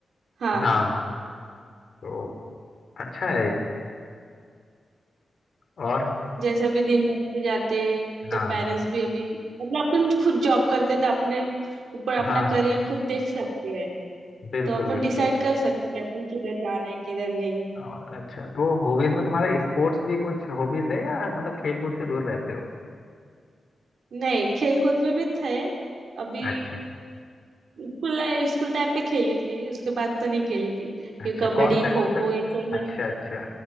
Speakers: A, on the right (about 80°); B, on the left (about 60°).
A: हाँ
B: हाँ तो अच्छा है और
A: जैसे अभी दिन बढ़ते जाते हैं
B: हाँ
A: तो पेरेंट्स भी अभी मतलब अपन खुद जॉब करते तो अपने ऊपर अपना
B: हाँ हाँ
A: करियर खुद देख सकते हैं
B: बिल्कुल
A: तो अपन
B: बिल्कुल
A: डिसाइड कर सकते हैं कि अपन किधर जाना है किधर नहीं
B: और अच्छा तो हॉबीज में तुम्हारा स्पोर्ट्स भी कुछ हॉबीज है या मतलब खेल कूद से दूर रहते हो
A: नहीं खेल कूद में भी थे अभी
B: अच्छा
A: स्कूल स्कूल टाइम पे खेली थी उसके बाद तो नहीं खेली थी
B: अच्छा
A: ये कबड्डी
B: कौन सा
A: खो
B: कौन सा
A: खो ये सब में
B: अच्छा अच्छा